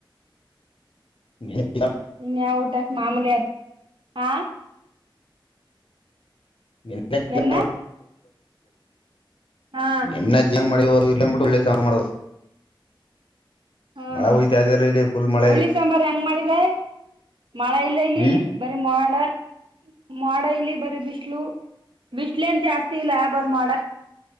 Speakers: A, on the left; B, on the right.
A: <inaudible>
B: ಇನ್ಯ ಊಟ ಮಾಮೂಲಿ ಹಾ
A: <unintelligible>
B: ಎನ್ನ ಹಾ
A: ಏನ್ ಮಾಡ ಇಲ್ಲ ಬಿ ಒಳ್ಳೆ ಮಾಡುದು <unintelligible>
B: ಹ್ಮ
A: ಮಳೆ ಹೋಯ್ತಾ ಇದೆಲ್ಲ ಇಲ್ಲಿ ಫುಲ್ ಮಳೆ
B: ಹುಳ್ಳಿ
A: ಇಲ್ಲಿ
B: ಸಾಂಬಾರ್ ಹೆಂಗ್ ಮಾಡಿದೆ ಮಳೆ ಇಲ್ಲ ಇಲ್ಲಿ.
A: ಹ್ಮ್
B: ಬರಿ ಮೋಡ ಮಾಡ ಇಲ್ಲಿ ಬರೀ ಬಿಸಲು ಬಿಸಲು ಏನ್ ಜಾಸ್ತಿ ಇಲ್ಲ ಬರ ಮಾಡ.